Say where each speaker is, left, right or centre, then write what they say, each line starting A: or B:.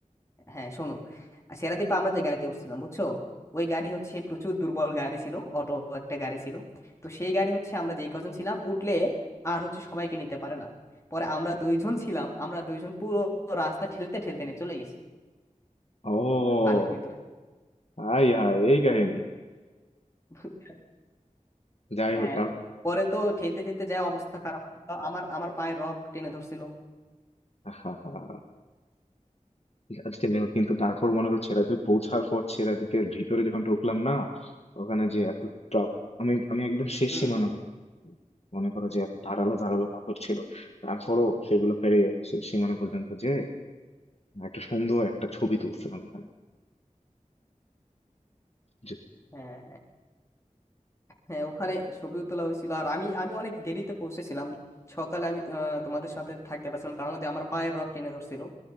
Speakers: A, on the left (about 20°); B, on the left (about 50°).
A: হ্যাঁ শোনো আর সেরাদ্বীপে আমরা যে গাড়িতে উঠছিলাম বুঝছো ওই গাড়ি হচ্ছে প্রচুর দুর্বল গাড়ি ছিল অটো একটা গাড়ি ছিল তো সেই গাড়ি হচ্ছে আমরা যেই কজন ছিলাম উঠলে আর হচ্ছে সবাইকে নিতে পারে না পরে আমরা দুইজন ছিলাম আমরা দুইজন পুরো রাস্তা ঠেলতে ঠেলতে নিয়ে চলে গেছি
B: ও
A: বালির ভিতরে
B: আই হাই এই কাহিনী
A: বুঝছো?
B: যাই
A: হ্যাঁ
B: হোক তার
A: পরে তো ঠেলতে ঠেলতে যা অবস্থা খারাপ হয়ে গেল, আমার আমার পায়ে রক টেনে ধরছিল
B: হা হা আজকে দেখো, কিন্তু তারপর মনে করো ছেড়া দ্বীপ পৌঁছার পর ছেড়া দ্বীপের ভিতরে যখন ঢুকলাম না ওখানে যে এত ট্রাপ আমি আমি একদম শেষ
A: হুম
B: সীমানা
A: হুম
B: মনে করো যে এত ধারালো ধারালো পাথর ছিল তারপরও সেগুলো পেরে শেষ সীমানা পর্যন্ত যে একটা সুন্দর একটা ছবি তুলছিলাম ওখানে যে
A: হ্যাঁ হ্যাঁ হ্যাঁ ওখানে ছবিও তোলা হয়েছিল আর আমি আমি অনেক দেরিতে পৌঁছেছিলাম সকালে আমি আহ, তোমাদের সাথে থাকতে পারছিলাম কারণ আমাদের আমার পায়ের রগ টেনে ধরছিল